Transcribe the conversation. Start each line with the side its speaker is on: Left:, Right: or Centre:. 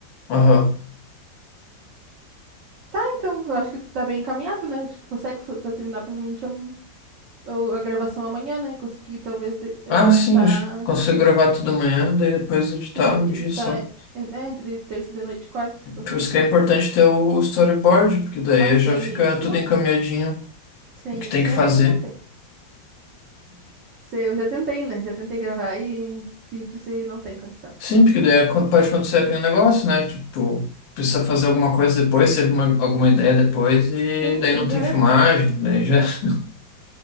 Left: Aham.
Right: Tá, então, eu acho que tá bem encaminhado, né? Acho que tu consegue, fa- vai terminar provavelmente am- o- a, gravação amanhã, né? Conseguir talvez de- editar,
Left: Ah, sim, eu consigo gravar tudo amanhã, daí depois editar
Right: ed-
Left: um
Right: editar,
Left: dia só.
Right: é, né, entre terça de noite e quarta, provavelmente.
Left: Por isso que é importante ter o storyboard, porque daí
Right: Ah, sem
Left: já fica
Right: isso,
Left: tudo encaminhadinho,
Right: sem
Left: o que tem
Right: isso
Left: que fazer.
Right: é, não tem. Se, eu já tentei, né? Já tentei gravar e vídeos e não tem condição, senão
Left: Sim,
Right: não
Left: porque
Right: tem.
Left: daí é pode acontecer aquele negócio, né? Tipo, precisa fazer alguma coisa depois, teve uma, alguma ideia depois, e
Right: Sim,
Left: daí
Right: daí
Left: não
Right: já
Left: tem filmagem,
Right: era.
Left: daí já <laughs>